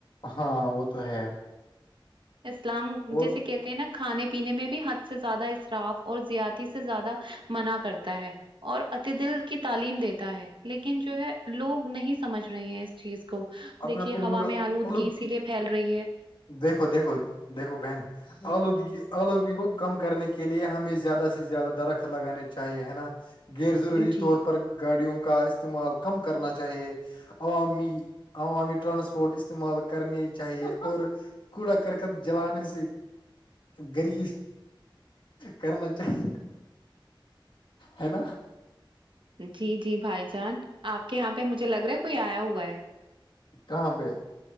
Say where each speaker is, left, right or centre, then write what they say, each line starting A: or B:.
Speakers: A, on the left; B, on the right.
A: ہاں وہ تو ہے
B: اسلام
A: اور
B: جیسے کہتے ہیں نا کھانے پینے میں بھی حد سے زیادہ اراف اور زیاتی سے زیادہ منع کرتا ہے اور عت دل کی تعلیم دیتا ہے لیکن جو ہے لوگ نہیں سمجھ رہے ہیں چیز کو
A: اب
B: دیکھیے
A: میں آپ کو بولوں
B: ہوا
A: گا
B: میں آلودگی
A: الد
B: اسی لیے پھیل رہی ہے
A: دیکھو دیکھو دیکھو بہن آلودگی آلودگی کو کم کرنے کے لیے ہمیں زیادہ سے زیادہ درخت لگانے چاہیے ہے نا غیر ضروری
B: جی
A: طور پر گاڑیوں کا استعمال کم کرنا چاہیے عوامی عوامی ٹرانسپورٹ استعمال کرنی چاہیے اور کوڑا کرکت جلان سے گریب کرنا چاہے ہے نا
B: جی جی بھائی جان آپ کے یہاں پہ مجھے لگ رہا ہے کوئی آیا ہوا ہے
A: کہاں پہ